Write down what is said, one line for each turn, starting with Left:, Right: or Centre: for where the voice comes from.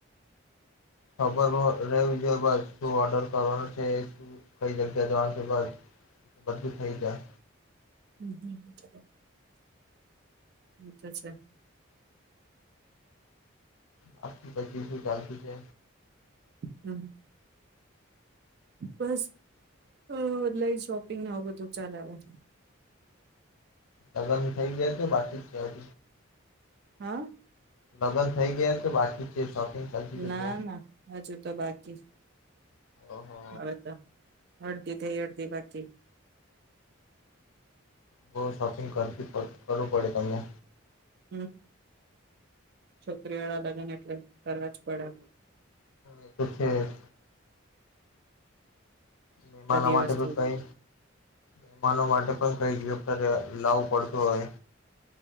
Left: ખબર રહેવી જોઈ બાદ શું ઓર્ડર કરવાનું છે, શું કઈ જગ્યા જવાનુ બાદ બધું થઈ જાય.
Right: હમ હ હ અચ્છા
Left: બાકી પછી શું ચાલતું છે
Right: હ બસ અ ઓનલાઈન શોપિંગ ને આવુ બધું ચાલે અવે
Left: દગા થઈ ગયા છે બાકી જ છેજ
Right: હા
Left: લગ્ન થઈ ગયા છે બાકી છે. શોપિંગ ચાલતી છે
Right: ના
Left: તો
Right: ના હજુ તો બાકી,
Left: ઓહો
Right: હવે તો અડધી થઈ અડધી બાકી
Left: બો શોપિંગ કરવી કરવું પડે તમને
Right: હમ છોકરી વાળા લગ્ન એટલે કરવા જ પડે
Left: એ તો છે જ મહેમાનો
Right: બધી
Left: માટે
Right: વસ્તુ
Left: ભી કઈ
Right: જો.
Left: મહેમાનો માટે પણ કઈ જ અત્યારે લાવું પડતું હવે